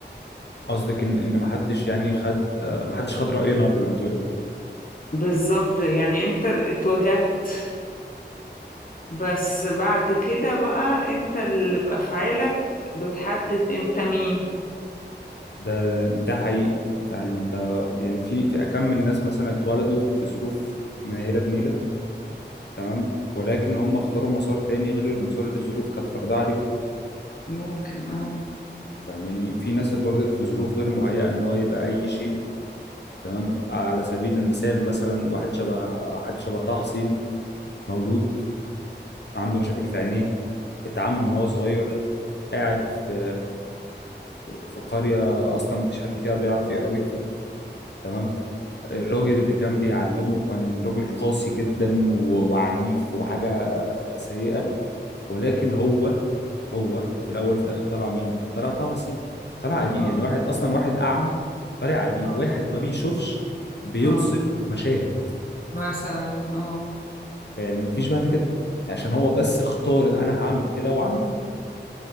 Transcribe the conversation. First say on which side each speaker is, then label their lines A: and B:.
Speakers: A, on the left; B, on the left.
A: قصدك ان ان ما حدش يعني خد آه ما حدش خد راينا قبل ما نتولد
B: بالظبط يعني انت اتوجدت بس بعد كده بقى انت اللي بأفعالك بتحدد انت مين
A: ده ده حقيقي ده انت يعني في في اكم من الناس مثلا اتولدوا في ظروف منيله بنيله تمام ولكن هم اختاروا مسار تاني غير المسار اللي الظروف كانت فرضاه عليهم
B: ممكن اه
A: فاهماني في ناس اتولدت في ظروف غير مهيئه ان هو يبقى اي شيء تمام على سبيل المثال مثلا واحد شبه حد شبه طه حسين مولود عنده مشاكل في عينيه اتعمى من وهو صغير قاعد في في قرية أصلا مفيش حد فيها بيعرف يقرأ ويكتب تمام الراجل اللي كان بيعلمه كان راجل قاسي جدا و- وعنيف وحاجة سيئة ولكن هو هو في الأول وفي الآخر طلع مين؟ طلع طه حسين طلع أديب
B: اه
A: يعني واحد أصلا واحد أعمى طلع أديب
B: اه
A: واحد ما بيشوفش بيوصف
B: اه
A: مشاهد
B: مثلا اه
A: فيعني مفيش بعد كده عشان هو بس اختار إن انا هعمل كده وعمل كده